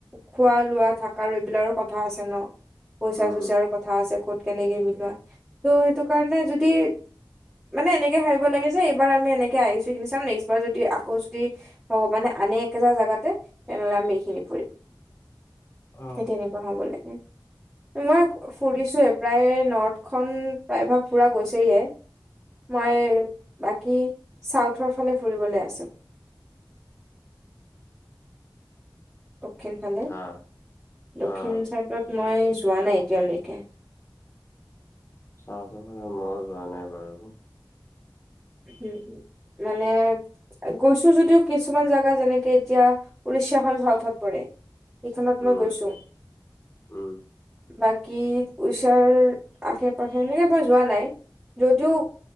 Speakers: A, on the right; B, on the left.
A: খোৱা লোৱা থাকা এইবিলাকৰ কথা আছে ন পইচা
B: উম।
A: চইচাৰ কথা আছে ক'ত কেনেকে মিলোৱা ত' সেইটো কাৰণে যদি মানে এনেকে ভাবিব লাগে যে এইবাৰ আমি এনেকে আহিছো এইখিনি চাম নেক্সবাৰ যদি আকৌ যদি ভগবানে আনে একেটাৰ জেগাতে তেনেহ'লে আমি এইখিনি ফুৰিম
B: অ'।
A: সেই তেনেকুৱা হ'ব লাগে। মই ফুৰিছোঁয়ে প্ৰায় নৰ্থখন প্ৰায়ভাগ ফুৰা গৈছেয়ে মই বাকী চাউথৰ ফালে ফুৰিবলে আছে দক্ষিণ ফালে
B: অ',
A: দক্ষিণ
B: অ',
A: চাইডত মই যোৱা নাই এতিয়ালৈকে
B: চাউথৰ ফালে মই যোৱা নাই বাৰু।
A: হুম উম মানে গৈছো যদিও কিছুমান জেগা যেনেকে এতিয়া উৰিষ্যাখন চাউথত পৰে। সেইখনত
B: উম,
A: মই গৈছো।
B: উম।
A: বাকী উৰিষ্যাৰ আশে পাশে এনেকে বাৰু যোৱা নাই যদিও